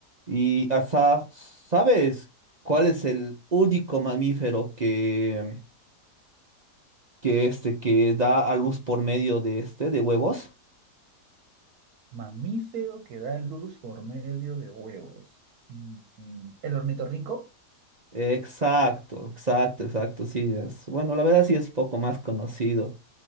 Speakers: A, on the right (about 40°); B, on the right (about 65°).
A: Y hasta, ¿sabes cuál es el único mamífero que, que este, que da a luz por medio de este, de huevos?
B: Mamífero que da luz por medio de huevos. Mm, ¿El ornitorrinco?
A: Exacto, exacto, exacto, sí. es- bueno, la verdad sí es poco más conocido.